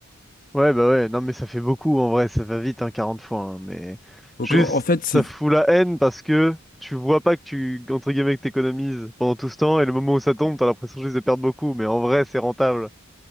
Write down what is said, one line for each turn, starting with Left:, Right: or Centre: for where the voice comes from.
Centre: Ouais, bah ouais. Non, mais ça fait beaucoup en vrai. Ça va vite, hein, 40 fois. hein, mais.
Left: Donc,
Centre: Juste,
Left: en, en fait,
Centre: ça
Left: c'est...
Centre: fout la haine parce que. Tu vois pas que tu, entre guillemets, que t'économises pendant tout ce temps, et le moment où ça tombe, t'as l'impression juste de perdre beaucoup, mais en vrai, c'est rentable.